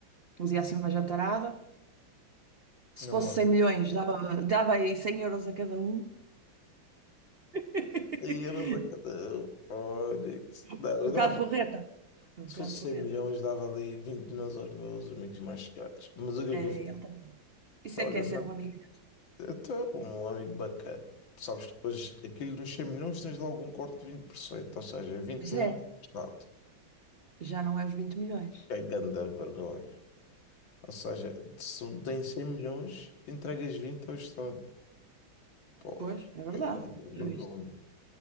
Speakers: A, on the right; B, on the left.
A: fazia assim uma jantarada. Se
B: Não,
A: fosse
B: olha.
A: 100 milhões, dava, dava aí 100 euros a cada um. <laughs>
B: E euros a cada um. Olha, isso- não,
A: Um bocado
B: eu dava.
A: forreta. Um
B: Se
A: bocado
B: fosse 100
A: forreta.
B: milhões, dava ali 20 milhões aos meus amigos mais chegados. Mas o que
A: É,
B: é que eu fiz?
A: ele também. Isso
B: Olha,
A: é que é ser
B: mano,
A: um amigo.
B: eu tenho um amigo bacana. Sabes que depois aquilo dos 100 milhões tens logo um corte de vinte por cento ou seja, vinte
A: Pois
B: milhões
A: é,
B: do Estado.
A: já não é os 20 milhões.
B: Que é grande vergonha. Ou seja, se um tem 100 milhões, entregas 20 ao Estado. Porra,
A: Pois, é verdade.
B: que grande
A: Já
B: vergonha.
A: viste?